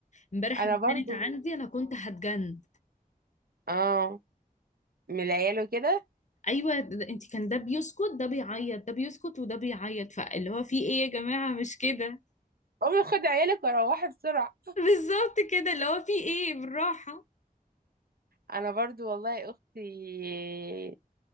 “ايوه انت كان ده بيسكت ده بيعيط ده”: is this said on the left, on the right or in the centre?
Left